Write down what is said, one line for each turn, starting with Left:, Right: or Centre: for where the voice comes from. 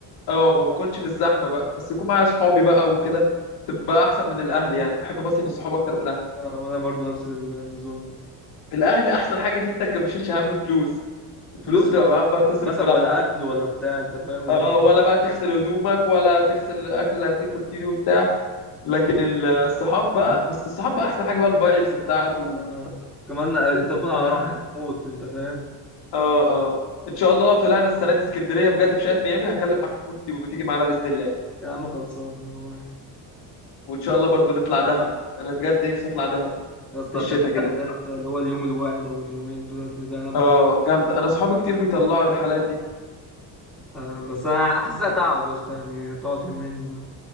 Left: أه ما بكونش في الزحمة بقى بس يكون معايا صحابي بقى وكده تبقى أحسن من الأهل يعني بحب بصيف الصحاب أكتر من الأهل
Centre: آه، وانا برضو نفس النظام
Left: الأهل أحسن حاجة فيه إنك ما بتشيلش هم فلوس الفلوس
Centre: فلوس
Left: بتبقى
Centre: ولا
Left: معاهم بقى بتصرف
Centre: مثلا
Left: براحتك
Centre: ولا اكل ولا بتاع انت فاهم هو
Left: اه ولا بقى تغسل هدومك ولا تغسل الاكل اللي هتاكل فيه وبتاع لكن الصحاب بقى بس الصحاب بقى احسن حاجه بقى الفايبس بتاعته
Centre: آه. كمان انت تكون على
Left: فاهم
Centre: راحه موت انت فاهم
Left: اه اه ان شاء الله لو طلعنا السنه دي اسكندريه بجد في شقه ميامي هكلم محمود وتيجي معانا باذن الله
Centre: يا عم خلصانه أنا معاك
Left: وان شاء الله برضو نطلع دهب انا بجد نفسي اطلع دهب
Centre: يا اسطى
Left: في الشتاء
Centre: كان في
Left: كده
Centre: حالات اللي هو اليوم الواحد او اليومين دولت لدهب
Left: اه جامده انا اصحابي كتير بيطلعوا الرحلات دي
Centre: آه بس انا حاسسها تعب يا اسطى يعني تقعد يومين